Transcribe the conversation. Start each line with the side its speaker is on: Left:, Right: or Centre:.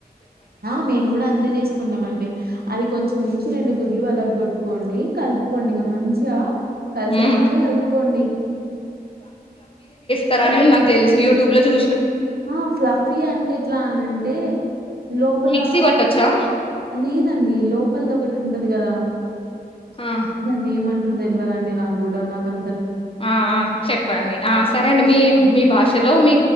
Right: ఆ మేము కూడా అంతే చేసుకుంటాం అండి అది కొంచెం ఇంచి రెండు గుడ్లు పలగా కొట్టుకోండి కలుపుకోండి ఇక మంచిగా కలిసి
Left: మ్మ్
Right: రాగా కలుపుకోండి
Left: తర నాకు తెలుస్ యూట్యూబ్ లో చూ
Right: ఆ ఫ్లఫీ అంటే ఎట్లా అన అంటే లోపలా
Left: మిక్సీ పట్టొచ్చా
Right: లేదండి లోపల ఒకటి ఉంటు కదా
Left: ఆ
Right: ధన్ ఏం తెలవదండి నాకు కూడా నాకు అ
Left: ఆ ఆ చెప్పండి ఆ సరే అండి మీ మీ భాషలో మీ